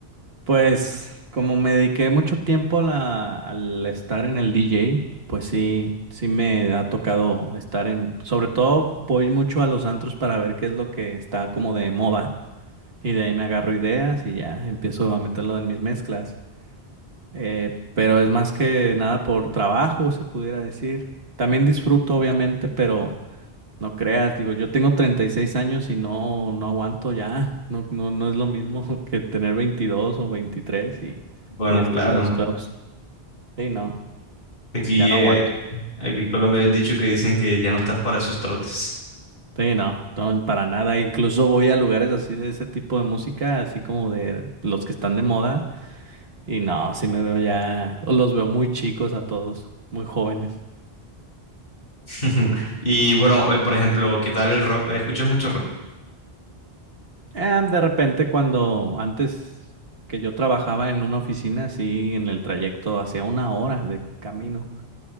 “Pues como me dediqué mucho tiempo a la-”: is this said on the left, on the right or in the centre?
Right